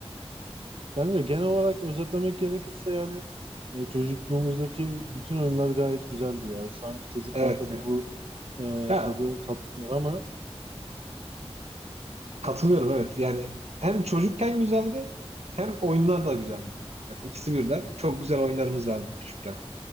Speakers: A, on the right; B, on the right.
A: Bence genel olarak özetlemek gerekirse yani e, çocukluğumuzdaki bütün oyunlar gayet güzeldi ya. Şu anki çocuklar
B: Evet
A: tabii
B: ya.
A: bu e,
B: Ya
A: tadı tatmıyor ama
B: Katılıyorum evet. Yani hem çocukken güzeldi hem oyunlar da güzeldi. Yani ikisi birden. Çok güzel oyunlarımız vardı küçükken.